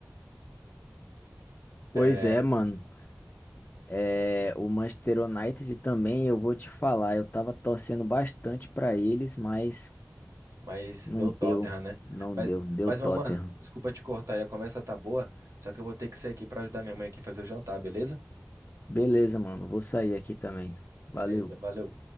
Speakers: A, on the left (about 40°); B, on the right (about 85°).
A: Pois
B: Eh,
A: é, mano. É, o Manchester United também, eu vou te falar, eu tava torcendo bastante pra eles, mas
B: Mas
A: não
B: deu Tottenham,
A: deu,
B: né?
A: não
B: Mas,
A: deu, deu
B: mas,
A: Tottenham.
B: meu mano, desculpa te cortar aí, a conversa tá boa, só que eu vou ter que sair aqui pra ajudar minha mãe aqui a fazer o jantar, beleza?
A: Beleza, mano. Vou sair aqui também. Valeu.
B: Beleza, valeu.